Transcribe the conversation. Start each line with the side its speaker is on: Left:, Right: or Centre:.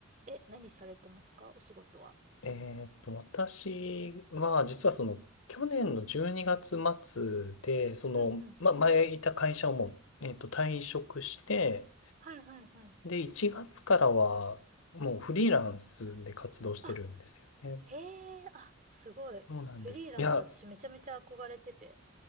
Right: え、何されてますかお仕事は。
Left: えーっと、私は、実はその、去年の12月末で、その、
Right: うんうん。
Left: ま、前いた会社をもう、えーっと、退職して、
Right: はいはいはい。
Left: で、1月からは、もうフリーランスで活動してるんですよね。
Right: うん。あ、へえ、あ、すごい。
Left: そうなんです。
Right: フリーランス私めちゃめちゃ憧れてて。
Left: いや、す